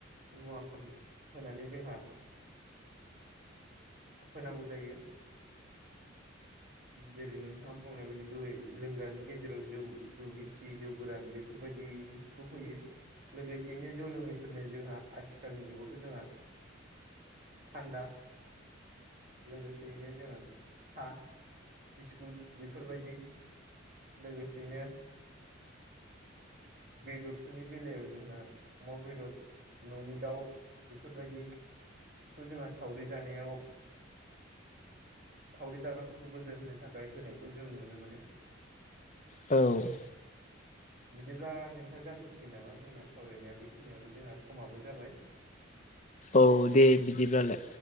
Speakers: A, on the right; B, on the left.
A: मुवाफोर होनानै जोंहा होनांगौ जायो। जेरै नोंथाङा बुंनाय बायदि दहाय लोंग्रानि गेजेराव जौ जौ गिसि जौ गोरान बे बेफोरबायदिखौ होयो। लोगोसेयैनो जौ लोङैफोरनो जोंहा आथिखालनि जुगावथ' जोंहा थान्दा लोगोसेयैनो जोङो साहा बिस्कुट बेफोरबायदि लोगोसेनो बेदरफोरनि बेलायाव जोङो अमा बेदर न'नि दाउ बेफोरबायदि बेखौ जोंहा सावरि जानायाव सावरि जाग्राफोरखौ गोजोन होनो थाखाय होनायखौ जों नुनो मोनो।
B: औ।
A: बिदिब्ला नोंथां जाथ'सिगोन नामा जोंना सावरायनाया बेखिनियावनो जोंहा समाबो जाबाय।
B: औ दे बिदिब्लालाय।